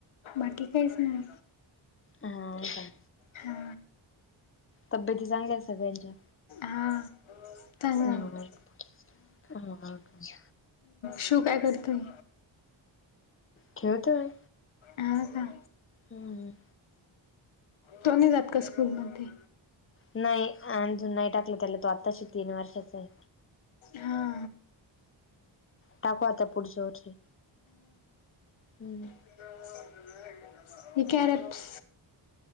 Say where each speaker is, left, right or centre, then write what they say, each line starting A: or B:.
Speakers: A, on the left; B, on the left.
A: बाकी काहीच नाही.
B: हा का?
A: हा.
B: तब्येती चांगल्या आहेत सगळ्यांच्या?
A: हा. चांगलं
B: हा
A: आहे
B: मग?
A: शु काय करतोय?
B: खेळतोय.
A: हा का
B: हम्म.
A: तो नाही जात का स्कूलमध्ये?
B: नाही अजून नाही टाकलं त्याला तो आत्ताशी तीन वर्षाचाय.
A: हा.
B: टाकू आता पुढच्या वर्षी हम्म.
A: <unintelligible> हे कॅरेप्स